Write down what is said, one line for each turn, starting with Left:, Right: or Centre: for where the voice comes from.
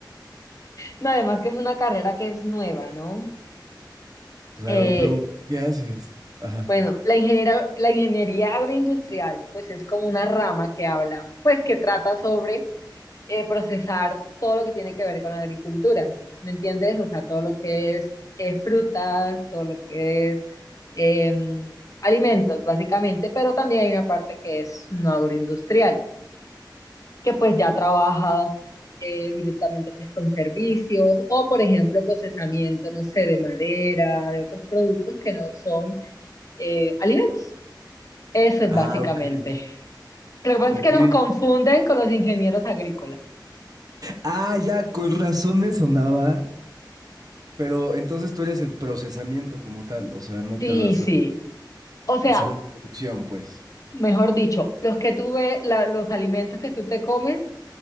Left: No, además que es una carrera que es nueva, ¿no?
Right: Claro,
Left: Eh,
Right: pero ¿qué haces? Ajá.
Left: bueno, la ingeniera, la ingeniería agroindustrial, pues es como una rama que habla, pues que trata sobre eh, procesar todo lo que tiene que ver con la agricultura. ¿Me entiendes? O sea, todo lo que es eh, frutas, todo lo que es em, alimentos, básicamente, pero también hay una parte que es no agroindustrial, que pues ya trabajas eh, directamente pues, con servicios o, por ejemplo, procesamiento, no sé, de madera, de otros productos que no son eh, alimentos. Eso es
Right: Ah,
Left: básicamente.
Right: ok,
Left: Lo que pasa
Right: ok.
Left: es que nos confunden con los ingenieros agrícolas.
Right: Ah, ya, con razón me sonaba. Pero entonces tú eres el procesamiento como tal, o sea, no
Left: Sí,
Right: te vas
Left: sí.
Right: a-
Left: O sea,
Right: hacia la producción, pues.
Left: mejor dicho, los que tú ves, la- los alimentos que tú te comes